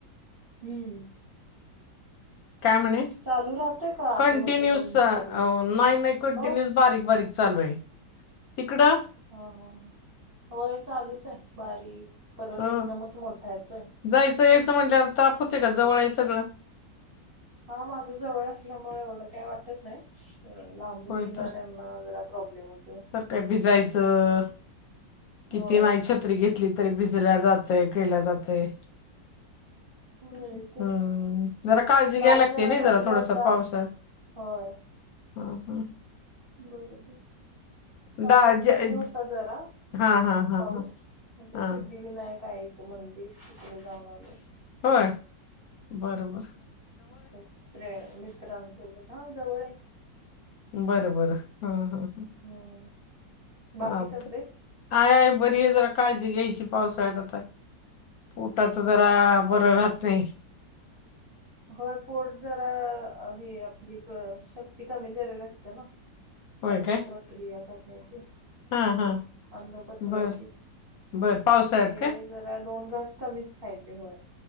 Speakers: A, on the right (about 35°); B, on the left (about 65°).
A: हम्म.
B: काय म्हणे?
A: चालू राहतोय का आधी
B: कंटिन्यूस
A: मध्ये बंद
B: नाही,
A: चालू
B: नाही कंटिन्यू
A: होय.
B: बारीक, बारीक. चालूय. तिकडं?
A: हं हं ह होय चालूच आहे बारीक परत
B: हो
A: एकदमच मोठा येतोय.
B: जायचं यायचं म्हटल्यावर ताप होतय
A: असं
B: का जवळय सगळं?
A: हा माझ जवळ असल्यामुळे एवढं काही वाटत नाही लांबूनून
B: होय
A: येणा्यांना
B: तर
A: जरा प्रॉब्लेम होते.
B: काय भिसायचं किती
A: होय.
B: नाही छ त्री घेतली तरी भिजल्या जातय केल्या जातय.
A: होय
B: हम्म
A: तेच
B: जरा काळजी
A: काल
B: घ्याय लागती नाही
A: कमी
B: जरा थोडस
A: होता
B: पावसात.
A: होय.
B: हां हां.
A: बरोबर. काल
B: डाळ ज
A: कमी
B: ज-
A: होता जरा
B: हा हा हा
A: पाऊस
B: हा
A: म्हणे
B: हा
A: सिद्धी विनायक आहेत मंदिर तिकडे जाऊन आलोय.
B: होय? बरं बरं.
A: मित्रय, मित्रांसोबत, हा जवळय.
B: बरं-बरं हां हं.
A: हम्म. बाकी
B: हा,
A: तब्येत
B: हायय बरी ये, जरा काळजी घ्यायची पावसाळ्यात आता. पोटाच जरा
A: होय होय
B: बरं राहतय.
A: होय पोट जरा, हे आपली क् शक्ती कमी करत असत ना.
B: होय
A: अन्न
B: काय
A: प्रक्रिया करण्याची.
B: हा हा
A: अन्न पचवायची,
B: बर बर पावसाळ्यात
A: ते
B: काय
A: जरा दोन घास कमीच खायचे हो,